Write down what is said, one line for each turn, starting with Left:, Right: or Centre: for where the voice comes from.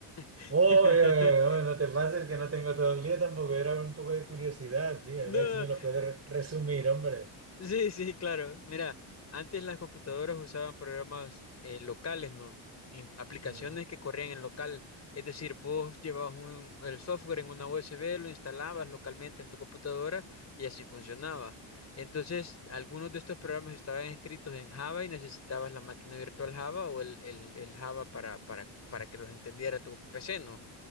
Left: <laughs>
Right: Oye, oye, oye, no te pases que no tengo todo el día tampoco, era un poco de curiosidad, tío,
Left: No,
Right: a ver si me lo puedes re- resumir,
Left: <laughs>
Right: hombre.
Left: Sí, sí, claro. Mira, antes las computadoras usaban programas eh, locales, ¿no? In- aplicaciones
Right: Mm,
Left: que corrían en local. Es decir, vos llevabas un- el software en una USB, lo instalabas localmente en tu computadora y así funcionaba. Entonces, algunos de estos programas estaban escritos en Java y necesitabas la máquina virtual Java o el, el- el Java para, para, para que los entendiera tu PC, ¿no?